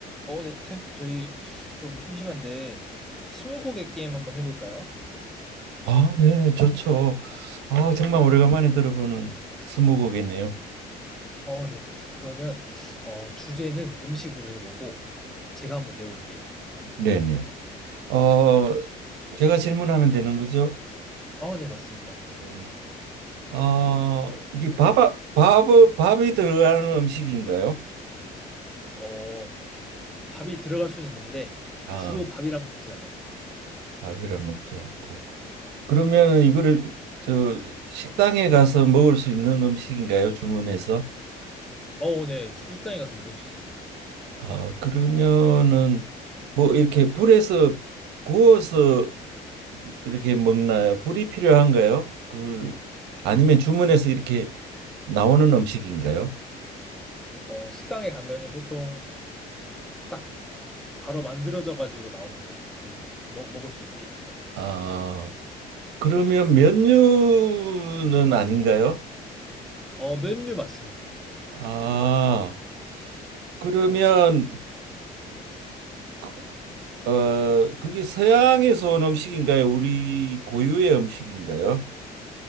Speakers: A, in the centre; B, on the right.
A: 어, 네, 쌤, 저희 좀 심심한데 스무고개 게임 한번 해볼까요?
B: 아, 네, 좋죠. 아, 정말 오래간만에 들어보는 스무고개네요.
A: 어, 네. 그러면 어, 주제는 음식으로 해보고 제가 한번 내볼게요.
B: 네네. 어, 제가 질문하면 되는 거죠?
A: 어, 네, 맞습니다. 네.
B: 네네. 어, 이게 밥, 밥, 밥이 들어가는 음식인가요?
A: 어, 밥이 들어갈 수는 있는데
B: 아,
A: 주로 밥이랑 먹진 않아요.
B: 밥이라 먹지 않고. 그러면
A: 네.
B: 이거를 저 식당에 가서 먹을 수 있는 음식인가요? 주문해서.
A: 어, 네. 식당에 가서 먹을 수 있습니다.
B: 아, 그러면은 뭐 이렇게 불에서 구워서 이렇게 먹나요? 불이 필요한가요? 그걸 아니면 주문해서 이렇게 나오는 음식인가요?
A: 어, 식당에 가면은 보통 딱 바로 만들어져 가지고 나옵니다. 그 먹, 먹을 수 있게.
B: 아, 그러면 면류는 아닌가요?
A: 어, 메뉴 맞습니다.
B: 아, 그러면 그- 어, 그게 서양에서 온 음식인가요? 우리 고유의 음식인가요?